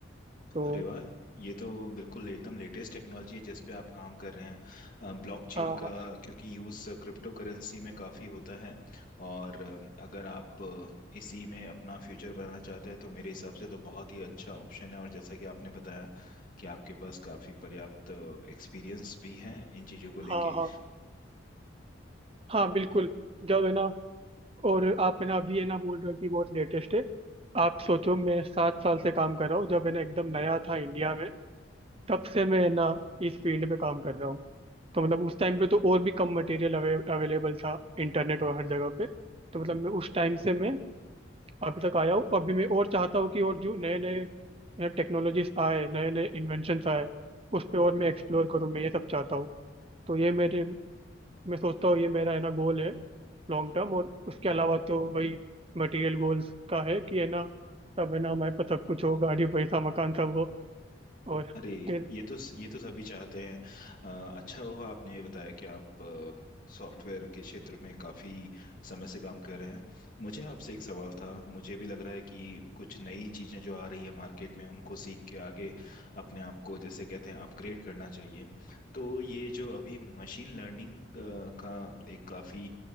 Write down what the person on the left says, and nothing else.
अरे वाह ये तो बिल्कुल एकदम लेटेस्ट टेक्नोलॉजी है जिस पे आप काम कर रहे हैं ब्लॉकचेन
का
क्योंकि यूज़ क्रिप्टो करेंसी में काफ़ी होता है और अ, अगर आप अ, इसी में अपना फ्यूचर बनाना चाहते हैं तो मेरे हिसाब से तो बहुत ही अच्छा ऑप्शन है और जैसा कि आपने बताया कि आपके पास काफ़ी पर्याप्त एक्सपीरियंस भी है इन चीज़ों को लेके
अरे
ये तो ये तो सभी चाहते हैं अ, अच्छा हुआ आपने ये बताया कि आप सॉफ्टवेयर के क्षेत्र में काफ़ी समय से काम कर रहे हैं मुझे आपसे एक सवाल था मुझे भी लग रहा है कि कुछ नई चीज़ें जो आ रही है मार्केट में उनको सीख के आगे अपने आप को जैसे कहते हैं अपग्रेड करना चाहिए तो ये जो अभी मशीन लर्निंग का एक काफ़ी